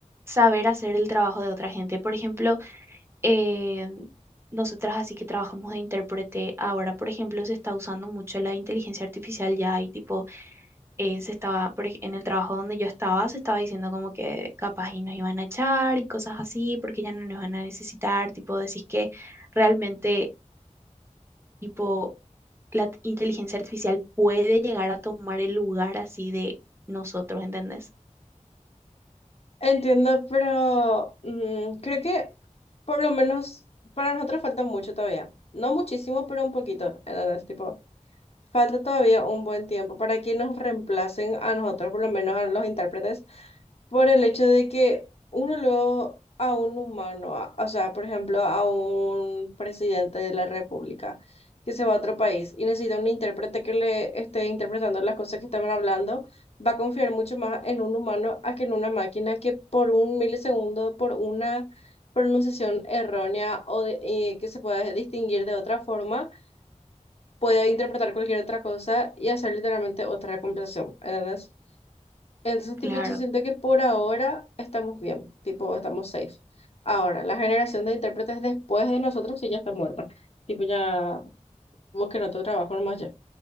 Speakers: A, on the right; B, on the left.
A: saber hacer el trabajo de otra gente. Por ejemplo, eh, nosotras así que trabajamos de intérprete, ahora por ejemplo se está usando mucho la inteligencia artificial ya y tipo eh, se estaba, por ej- en el trabajo donde yo estaba, se estaba diciendo como que capaz y nos iban a echar y cosas así, porque ya no nos van a necesitar, tipo, decís que realmente, tipo, la t- inteligencia artificial puede llegar a tomar el lugar así de nosotros, ¿entendés?
B: Entiendo, pero mm, creo que por lo menos para nosotros falta mucho todavía. No muchísimo, pero un poquito. ¿Entendés? Tipo, Falta todavía un buen tiempo para que nos reemplacen a nosotros, por lo menos a los intérpretes, por el hecho de que uno luego a un humano, a- o sea, por ejemplo, a un presidente de la República que se va a otro país y necesita un intérprete que le esté interpretando las cosas que estaban hablando, va a confiar mucho más en un humano a que en una máquina que por un milisegundo, por una pronunciación errónea o de- eh, que se pueda distinguir de otra forma podía interpretar cualquier otra cosa y hacer literalmente otra conversación, ¿entendés? Entonces, tipo,
A: Claro,
B: yo siento que por ahora estamos bien, tipo, estamos safe. Ahora, la generación de intérpretes después de nosotros sí ya está muerta. Tipo, ya busquen otro trabajo nomás ya.